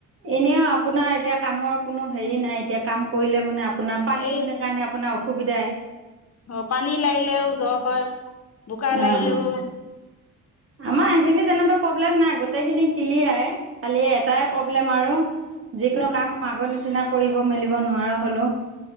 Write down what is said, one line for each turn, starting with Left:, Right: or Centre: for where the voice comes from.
Right: এনেও আপোনাৰ এতিয়া কামৰ কোনো হেৰি নাই এতিয়া কাম কৰিলে মানে আপোনাৰ পানী
Left: এই
Right: দুনে কাৰণে আপোনাৰ অসুবিধাই।
Left: অ', পানী লাগিলেও জ হয়, বোকা
Right: অঁ
Left: লাগিলেও
Right: আমাৰ সেইখিনি যেনেকুৱা প্ৰব্লেম নাই গোটেইখিনি কিলিয়াই খালি এটাই
Left: অ
Right: প্ৰব্লেম আৰু যিকোনো কাম আগৰ নিচিনা কৰিব
Left: হয়
Right: মেলিব
Left: নেকি
Right: নোৱাৰা হলো।